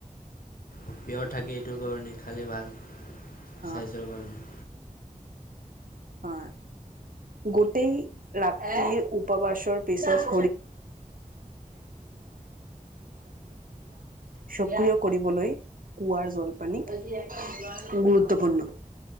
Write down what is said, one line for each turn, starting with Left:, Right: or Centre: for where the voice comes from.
Left: পিয়ৰ থাকে, এইটোৰ কাৰণে খালে ভাল স্বাস্থ্যৰ
Right: অ
Left: কাৰণে।
Right: অ, গোটেই ৰাতি উপবাসৰ পিছত <unintelligible> <unintelligible> সক্ৰিয় কৰিবলৈ কুঁৱাৰ জলপানী গুৰুত্বপূৰ্ণ।